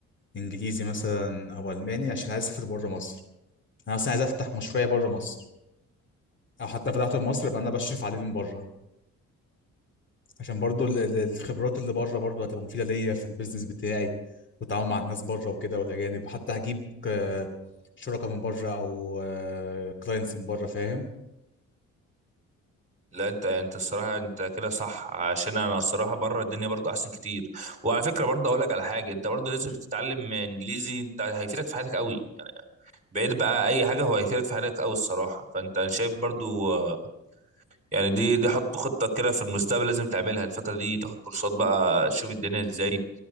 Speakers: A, on the left; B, on the right.
A: انجليزي مثلا او الماني عشان عايز اسافر بره مصر انا اصلا عايز افتح مشروعي بره مصر او حتى فتحته في مصر يبقى انا بشرف عليه من بره عشان برضو ال- ال- الخبرات اللي بره برضو هتبقى مفيدة ليا في البيزنس بتاعي والتعامل مع الناس بره وكده والأجانب حتى هجيب آه، شركاء من بره أو كلاينتس من بره فاهم
B: لا انت انت الصراحه انت كده صح عشان انا الصراحه بره الدنيا برضو احسن كتير وعلى فكره برضو اقول لك على حاجه انت برضو لازم تتعلم انجليزي انت هيفيدك في حياتك قوي يعني بعيد بقى اي حاجه هو هيفيدك في حياتك قوي الصراحه فانت انا شايف برضو آه، يعني دي دي حط خطه كده في المستقبل لازم تعملها الفتره دي تاخد كورسات بقى تشوف الدنيا ازاي